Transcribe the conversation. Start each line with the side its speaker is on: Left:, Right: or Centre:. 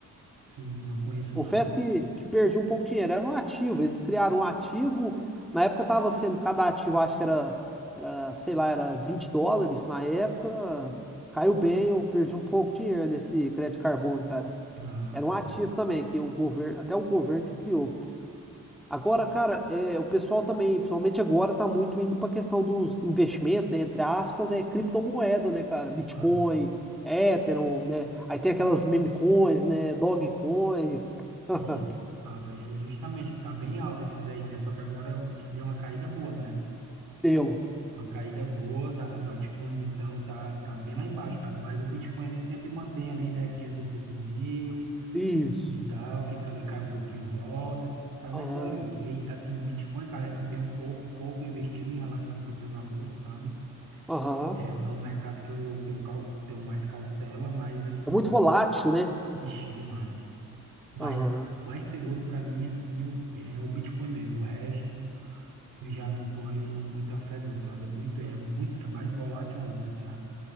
Right: Sim, não conheço
Centre: Confesso
Right: não.
Centre: que, que perdi um pouco de dinheiro. Era um ativo, eles criaram um ativo. Na época tava sendo, cada ativo acho que era, era, sei lá, era 20 dólares. Na época caiu bem, eu perdi um pouco de dinheiro nesse crédito de carbono, cara.
Right: Ah,
Centre: Era
Right: sim.
Centre: um ativo também, que o governo, até o governo que criou. Agora, cara, é, o pessoal também, principalmente agora, tá muito indo para a questão dos investimentos, né? Entre aspas, é criptomoeda, né, cara? Bitcoin,
Right: Ah,
Centre: Ethereum, né? Aí tem aquelas memecoins, né? Dogecoin. <laughs>
Right: Isso, tava, é, justamente, tá bem alto esse daí, né? Só que agora deu uma caída boa, né?
Centre: eu
Right: Uma caída boa, as, as altcoins, então, tá, tá bem lá embaixo, cara. Mas o Bitcoin ele sempre mantém ali, né? 500 e poucos mil
Centre: Isso.
Right: e tal, fica ali, cai um pouquinho, volta. Tá naquilo
Centre: Aham.
Right: ali. E, assim, Bitcoin, cara, eu tenho um pouco, pouco investido em relação ao que eu tenho na bolsa, sabe?
Centre: Aham.
Right: É, é um mercado que eu tenho, cau- tenho mais cautela, mas, assim,
Centre: É muito volátil, né?
Right: ixi, demais. Mas
Centre: Aham.
Right: o mais seguro para mim é sim o, é o Bitcoin mesmo. O resto eu já não ponho muita fé não, sabe? É muito, é muito, é mais volátil ainda, sabe?